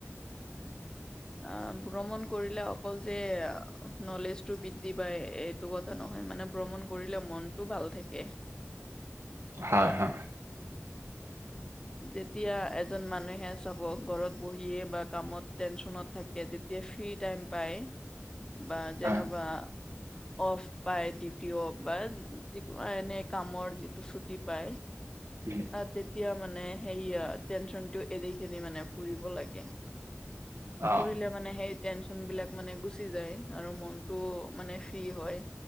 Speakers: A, on the left; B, on the right.
A: আ, ভ্ৰমণ কৰিলে অকল যে নলেজটো বৃদ্ধি পায় এ তো কথা নহয় মানে ভ্ৰমণ কৰিলে মনটো ভাল থাকে।
B: হয়-হয়।
A: যেতিয়া এজন মানুহে চাব ঘৰত বহিয়ে বা কামত টেনচনত থাকে যেতিয়া ফ্ৰী টাইম পায়, বা
B: হয়
A: যেনেবা অফ পাই ডিউটি অফ বা এনে কামৰ যিটো ছুটি পায়।
B: <unintelligible>
A: তেতিয়া মানে সেইয়া টেনচনটো এৰি খিনি মানে ফুৰিব লাগে।
B: অ'
A: ফুৰিলে মানে সেই টেনচন বিলাক মানে গুচি যায় আৰু মনটো মানে ফ্ৰী হয়।